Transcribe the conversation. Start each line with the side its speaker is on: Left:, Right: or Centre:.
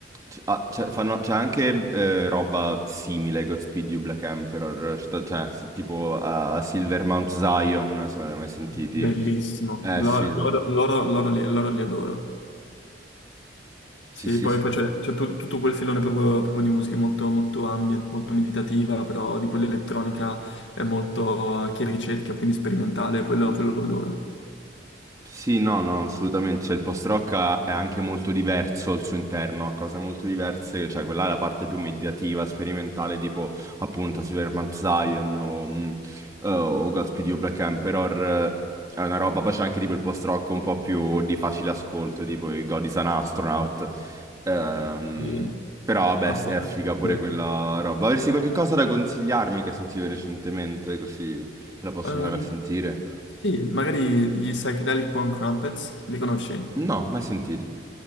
Right: c- ah, c'è fanno- c'è anche eh, roba simile, Godspeed You Black Emperor, sto- cioè se- tipo a, a Silver Mount Zion, se non l'hai mai sentiti.
Left: Bellissimo.
Right: Eh
Left: Lo-
Right: sì,
Left: Loro, loro, loro li loro li adoro.
Right: sì,
Left: Sì,
Right: sì,
Left: poi
Right: sì,
Left: poi c'è c'è tu- tutto quel filone proprio, proprio di musica molto, molto ambient, molto meditativa, però di quella elettronica è molto eh, che ricerca, quindi sperimentale, quello, quello lo adoro.
Right: Sì, no, no, assolutamente. Cioè, il post-rock ha- è anche molto diverso al suo interno, ha cose molto diverse, cioè quella è la parte più mediativa, sperimentale, tipo appunto Silvermount Zion o, mh, eh, o Godspeed You Black Emperor. eh, È una roba, poi c'è anche tipo il post-rock un po' più di facile ascolto, tipo i God is an Astronaut. Ehm,
Left: Sì.
Right: però vabbè,
Left: Ah,
Right: sì,
Left: fa-
Right: è figa pure
Left: sì.
Right: quella roba. Avresti qualche cosa da consigliarmi che hai sentito recentemente, così la posso
Left: Ehm,
Right: andare a sentire?
Left: sì, magari gli Psychedelic Punk Crumpets, li conosci?
Right: No, mai sentito.